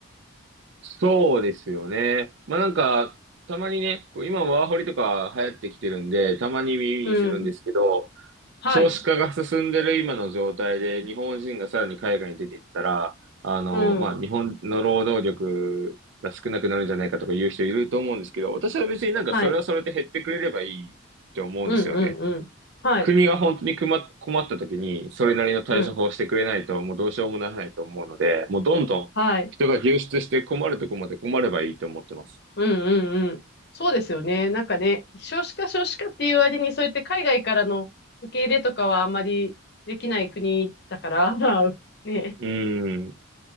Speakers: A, on the right; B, on the left.
A: そうですよね。まあなんか、たまにね、こう今ワーホリとか流行ってきてるんで、たまに耳にするんですけど、
B: うん。はい。
A: 少子化が進んでる今の状態で、日本人がさらに海外に出ていったら、あの、
B: うん。
A: まあ日本の労働力が少なくなるんじゃないかとか言う人いると思うんですけど、私は別になんかそれはそれで減ってくれればいいって思うんですよね。
B: はい。うん、うん、うん。はい。
A: 国が本当に困っ困った時に、それなりの対処法をしてくれないと、
B: うん。
A: もうどうしようもならないと思うので、もうどんどん人が流出して困るとこまで困ればいいと思ってます。
B: はい。うんうんうん。そうですよね。なんかね、少子化少子化っていう割に、そうやって海外からの受け入れとかはあんまりできない国だから、<laughs> ね。
A: うーん。